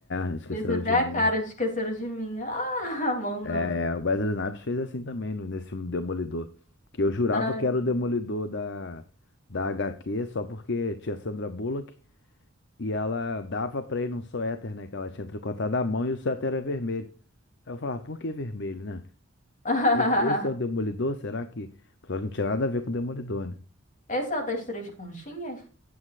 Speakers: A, on the left; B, on the left.
A: é, esqueceram
B: Fez até
A: de mim.
B: a cara de esqueceram de mim. Ah, <laughs> mão não.
A: É, é, o Wesley Snipes fez assim também no- nesse filme do Demolidor. Que eu jurava
B: Ai,
A: que era o
B: meu Deus.
A: Demolidor da, da HQ, só porque tinha Sandra Bullock e ela dava pra ele um suéter, né? Que ela tinha tricotado à mão e o suéter era vermelho. Aí eu falava, por que vermelho, né?
B: <laughs>
A: Esse, esse é o Demolidor? Será que. Só que não tinha nada a ver com o Demolidor, né?
B: Esse é o das três conchinhas?